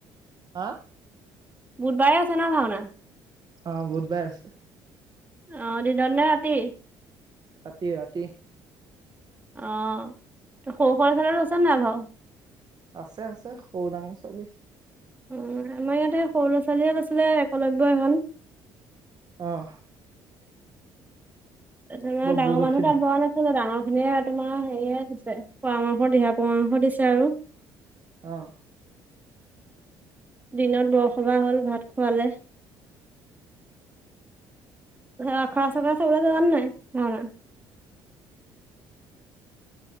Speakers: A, on the right; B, on the right.
A: হা'
B: বুধবাৰে আছে ন ভাওনা?
A: অ বোধ বাই আছে।
B: অ দিন নে ৰাতি?
A: ৰাতি ৰাতি।
B: অ' ত সৰু ছবি আছে নাই বাৰু।
A: আছে আছে সৰু ডাঙৰ চবি।
B: অ'আমাৰ ইয়াতে সৰু ল'ৰা-ছোৱালী হঁত আছিলে, এককলব্বৈ হল।
A: আহ'।
B: তোমাৰ ডাঙৰ
A: গুৰু
B: মানুহ
A: দক্ষিণা
B: তান বোৱা নাছিলোাঙৰ খিনিয়ে তোমাৰ সেয়াই দিছে পৰামৰ্শ দিহা পৰামৰ্শ দিছে আৰু।
A: অ'।
B: দিনত বৰসবাহ হ'ল, ভাত খোৱালে। আখৰা চাব চাবলে যাবা নাই মানে? <inaudible>